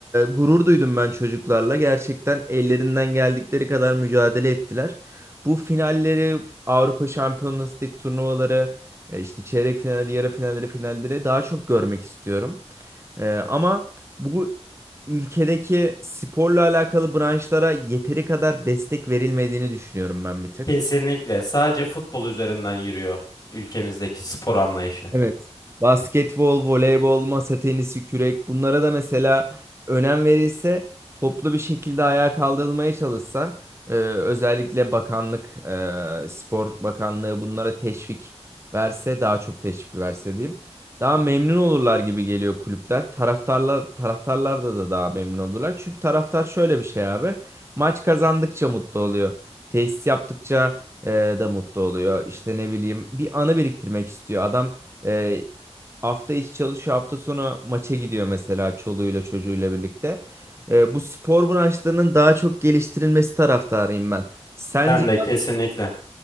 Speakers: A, on the right; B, on the left.
A: gurur duydum ben çocuklarla. Gerçekten ellerinden geldikleri kadar mücadele ettiler. Bu finalleri, Avrupa Şampiyonası Lig turnuvaları, e, işte çeyrek finalleri, yarı finalleri, finalleri daha çok görmek istiyorum. Ee, ama bu ülkedeki sporla alakalı branşlara yeteri kadar destek verilmediğini düşünüyorum ben bir tık.
B: Kesinlikle. Sadece futbol üzerinden yürüyor ülkemizdeki spor anlayışı.
A: Evet. Basketbol, voleybol, masa tenisi, kürek bunlara da mesela önem verilse, toplu bir şekilde ayağa kaldırılmaya çalışsa, e, özellikle bakanlık, e, Spor Bakanlığı bunlara teşvik verse, daha çok teşvik verse diyeyim. Daha memnun olurlar gibi geliyor kulüpler. Taraftarlar, taraftarlar da da daha memnun olurlar. Çünkü taraftar şöyle bir şey abi. Maç kazandıkça mutlu oluyor. Tesis yaptıkça e, da mutlu oluyor. İşte ne bileyim bir anı biriktirmek istiyor. Adam e, hafta içi çalışıyor, hafta sonu maça gidiyor mesela çoluğuyla çocuğuyla birlikte. E, bu spor branşlarının daha çok geliştirilmesi taraftarıyım ben. Sence
B: Ben de kesinlikle.